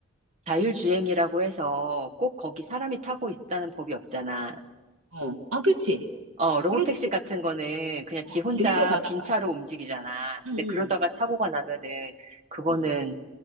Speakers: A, on the right (about 35°); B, on the right (about 85°).
A: 자율주행이라고 해서 꼭 거기 사람이 타고 있다는 법이 없잖아.
B: 어, 아, 그렇지.
A: 어, 로보택시
B: 그럴 수도
A: 같은
B: 있고,
A: 거는 그냥 지
B: 어,
A: 혼자
B: 데리러 가다가,
A: 빈 차로 움직이잖아. 근데
B: 응, 응,
A: 그러다가 사고가 나면은 그거는
B: 응,